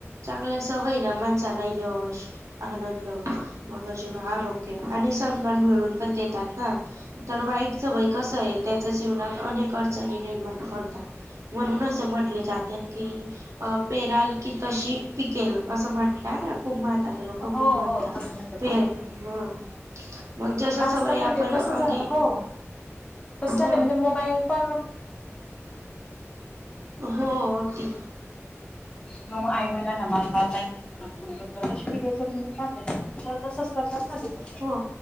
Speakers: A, on the right; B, on the left.
A: चांगल्या सवय ना माणसाला यश आनंद होतो, मग अजून आरोग्य आणि सन्मान मिळून पण देतात ना. तर वाईट सवय कस हाय, त्याच्या जीवनात अनेक अडचणी निर्माण करतात. म्हणून असं म्हटले जात्यात की पेराल की तशी पिकेल, असं म्हणता ना, खुप माता. लोक
B: हो
A: खूप म्हणतात,
B: हो तसं म्हणतात
A: ते मग जशा
B: आजकालमध्ये
A: सवयी आपण
B: कसं
A: अंगी
B: झा, हो. कसं झालं
A: ह
B: म्हणजे मोबाईल <unintelligible>
A: हो अगदी
B: मग आई -वडिलांनालाना मारतात, आई वडील मारतोय प्रदर्शित करतोय मुलं पाहतात. तर तसंच करतात ना तिथं.
A: हो